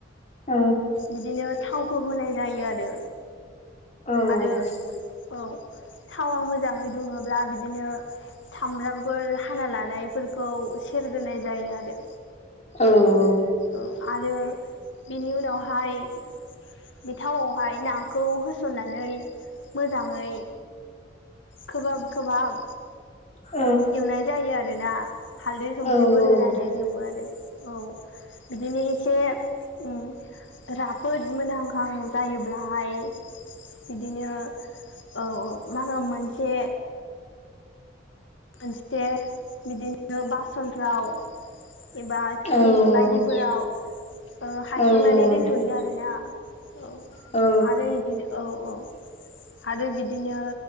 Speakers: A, on the left; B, on the left.
A: औ
B: बिदिनो थावखौ होनाय जायो आरो।
A: औ
B: आरो
A: औ
B: औ थावा मोजाङै दुङोब्ला बिदिनो सामब्रामफोर हाना ला नायफोरखौ सेरग्रोनाय जायो आरो।
A: औ औ।
B: औ आरो बेनि उनावहाय बे थावावहाय नाखौ होसननानै मोजाङै खोबहाब खोबहाब
A: औ
B: एवनाय जायो आरोना हालदै संख्रिफोर
A: औ औ
B: होनानै
A: नोंथां
B: एवो आरो, औ। बिदिनो एसे उम राफोद मोनहांहां जायोब्लाहाय बिदिनो औ औ मा होनो मोनसे मोनसे बिदिनो बासनफ्राव एबा
A: औ
B: टिफिन
A: नोंथां
B: बायदिफोराव ओ हायखांनानै
A: औ नोंथां
B: दोनथ'यो आरोना। औ
A: औ औ
B: आरो बिदिनो औ औ आरो बिदिनो